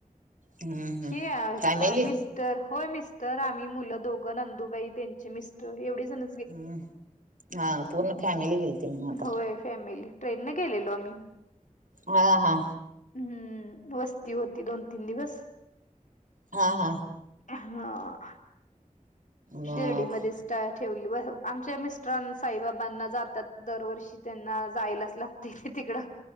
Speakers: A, on the right (about 70°); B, on the left (about 65°).
A: हम्म हम्म
B: हे मस्
A: फॅमिली
B: मिस्टर होय मिस्टर आम्ही मुलं दोघं नंदुबाई त्यांचे मिस्टर एवढी जण
A: हम्म, हा पूर्ण फॅमिली गेल त म्हग आता.
B: होय फॅमिली, ट्रेन ट ने गेलेला आम्ही.
A: हा, हा,
B: हम्म, वस्ती होती दोन तीन दिवस
A: हा, हा,
B: हा.
A: मग
B: शिर्डीमध्येच ठेवली, आमच्या मिस्टरां साईबाबांना जातात. दरवर्षी त्यांना जायलाच लागत. त तिकडं